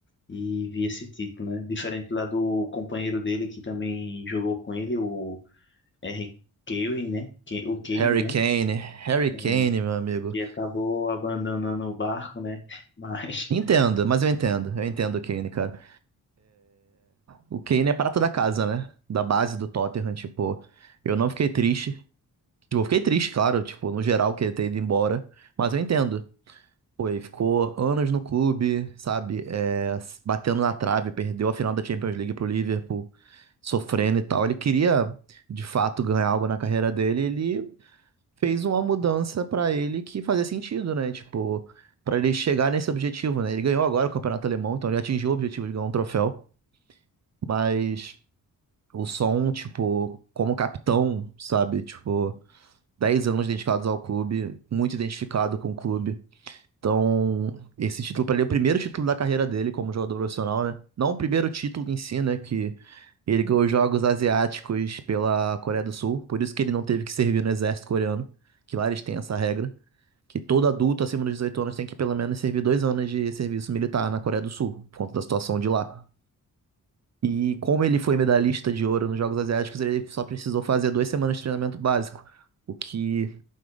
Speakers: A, on the left; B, on the right.
A: e vi esse título, né? Diferente lá do companheiro dele que também jogou com ele, o R. Kelly, né? Que- O Kane,
B: Harry
A: né?
B: Kane, Harry Kane,
A: É,
B: meu amigo.
A: que acabou abandonando o barco, né? <laughs> Mas,
B: Entendo, mas eu entendo, eu entendo o Kane, cara. O Kane é prata da casa, né? Da base do Tottenham, tipo, eu não fiquei triste. Tipo, eu fiquei triste, claro, tipo, no geral, que ele ter ido embora, mas eu entendo. Pô, ele ficou anos no clube, sabe? É, s- batendo na trave, perdeu a final da Champions League pro Liverpool, sofrendo e tal. Ele queria, de fato, ganhar algo na carreira dele, ele fez uma mudança pra ele que fazia sentido, né? Tipo, pra ele chegar nesse objetivo, né? Ele ganhou agora o campeonato alemão, então ele atingiu o objetivo de ganhar um troféu, mas o som, tipo, como capitão, sabe? Tipo, 10 anos dedicados ao clube, muito identificado com o clube. Então, esse título pra ele é o primeiro título da carreira dele como jogador profissional, né? Não o primeiro título em si, né? Que ele ganhou os Jogos Asiáticos pela Coreia do Sul, por isso que ele não teve que servir no exército coreano, que lá eles têm essa regra que todo adulto acima dos 18 anos tem que pelo menos servir dois anos de serviço militar na Coreia do Sul, por conta da situação de lá. E como ele foi medalhista de ouro nos Jogos Asiáticos, ele só precisou fazer duas semanas de treinamento básico, o que